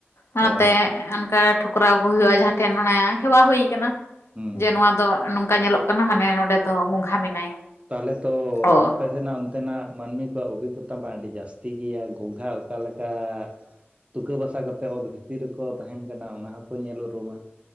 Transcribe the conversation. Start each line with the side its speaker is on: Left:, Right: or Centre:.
Left: ᱚᱱᱟᱛᱮ
Right: ᱚ
Left: ᱚᱱᱠᱟ ᱴᱷᱚᱠ ᱠᱚᱨᱟᱣ ᱦᱩᱭᱩᱜᱼᱟ, ᱡᱟᱦᱟᱸ ᱴᱷᱮᱱ ᱚᱱᱮ ᱦᱮᱣᱟ ᱦᱩᱭ ᱠᱟᱱᱟ
Right: ᱦᱩᱸ
Left: ᱡᱮ ᱱᱚᱣᱟ ᱫᱚ ᱱᱚᱝ ᱚᱱᱠᱟ ᱧᱮᱞᱚᱜ ᱠᱟᱱᱟ, ᱢᱟᱱᱮ ᱱᱚᱸᱰᱮ ᱫᱚ ᱜᱚᱝᱜᱷᱟ ᱢᱮᱱᱟᱭᱟ᱾
Right: ᱛᱟᱦᱚᱞᱮ ᱛᱚ
Left: ᱚ
Right: ᱟᱯᱮᱥᱮᱱᱟᱜ ᱱᱚᱛᱮ ᱱᱟᱜ ᱢᱟᱹᱱᱢᱤ ᱠᱚᱣᱟᱜ ᱚᱵᱷᱤᱜ ᱜᱚᱛᱟ ᱢᱟ ᱟᱹᱰᱤ ᱡᱟᱹᱥᱛᱤ ᱜᱮᱭᱟ ᱜᱚᱝᱜᱷᱟ ᱚᱠᱟ ᱞᱮᱠᱟ ᱛᱩᱠᱟᱹ ᱵᱟᱥᱟ ᱠᱟᱛᱮᱮᱫ ᱚᱛ ᱵᱷᱤᱛᱤᱨ ᱨᱮᱠᱚ ᱛᱟᱦᱮᱱ ᱠᱟᱱᱟ ᱚᱱᱟ ᱦᱚᱸᱠᱚ ᱧᱮᱞ ᱩᱨᱩᱢᱟ